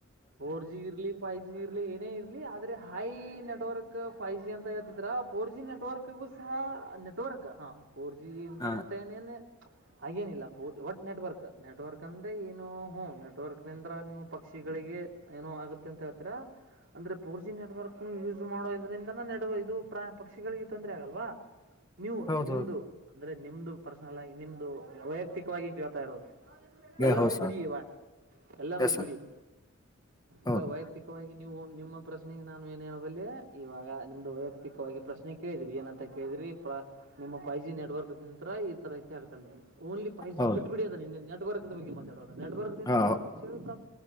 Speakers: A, on the right (about 65°); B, on the left (about 20°).
A: ಫೋರ್ ಜಿ ಇರ್ಲಿ ಫೈವ್ ಜಿ ಇರ್ಲಿ ಏನೇ ಇರ್ಲಿ ಆದ್ರೆ ಹಾಯ ನ ನೆಟ್ವರ್ಕ್ ಫೈವ್ ಜಿ ಅಂತ ಹೇಳ್ತಿದರ ಫೋರ್ ಜಿ ನೆಟ್ವರ್ಕ್ಗೂ ಸಹ ನೆಟ್ವರ್ಕ್ ಹಾ ಫೋರ್ ಜಿ ಹಿಂದನ್ತ
B: ಹಾ
A: ನ ಹಾಗೇನಿಲ್ಲ ಪೂ ಒಟ್ ನೆಟ್ವರ್ಕ್ ನೆಟ್ವರ್ಕ್ ಅಂದ್ರೆ ಏನು ಹ್ಞ ನೆಟ್ವರ್ಕ್ ನಿಿಂದ್ರ ನೀವು ಪಕ್ಷಿಗಳಿಗೆ ಏನೋ ಆಗುತ್ತೆ ಅಂತ ಹೇಳ್ತರ ಅಂದ್ರೆ ಪೂರ್ಜಿ ನೆಟ್ವರ್ಕ್ನು ಯೂಸ್ ಮಾಡೋದ್ರಿಂದನ ನೆಡುವ ಇದು ಪ್ರ ಪಕ್ಷಿಗಳಿಗೆ ತೊಂದರೆ ಆಗಲ್ವಾ ನೀವು
B: ಹೌದೌದು
A: ನಿಮ್ದು ಅಂದ್ರೆ ನಿಮ್ದು ಪರ್ಸನಲ್ ಆಗಿ ನಿಮ್ದು ವೈಯಕ್ತಿಕವಾಗಿ ಕೇಳ್ತಾ ಇರೋದು ಎಲ್ಲಾರ್ದು
B: ಹೌದು ಸರ್
A: ಬಿಡಿ ಇವಾಗ ಎಲ್ಲಾರ್ದು
B: ಎಸ್ ಸರ್
A: ಬಿಡಿ
B: ಹೌದು
A: ಈ ವೈಯಕ್ತಿಕವಾಗಿ ನೀವು ನಿಮ್ಮ ಪ್ರಶ್ನೆಗೆ ನಾನು ಏನ್ ಹೇಳಬಲ್ಲಿ ಇವಾಗ ನಿಮ್ದು ವೈಯಕ್ತಿಕವಾಗಿ ಪ್ರಶ್ನೆ ಕೇಳಿದ್ರಿ ಏನಂತ ಕೇಳಿದ್ರಿ ನಿಮ್ಮ ಫೈ ಜಿ ನೆಟ್ವರ್ಕ್ ನಿಂತತ್ರ ರ ಆಗ್ತ ಓನ್ಲಿ ೈ ಜಿ
B: ಹೌದು
A: ಬಿಟ್ಬ ಬಿಡಿ ಅದನ್ನ ನೆಟ್ರ್ಕ್ ಬಗ್ ಮಾತಾಡ ನ
B: ಹಾ
A: ಈಗ ಪಕ್ಷಿಗಳ ಪ್ರಬ್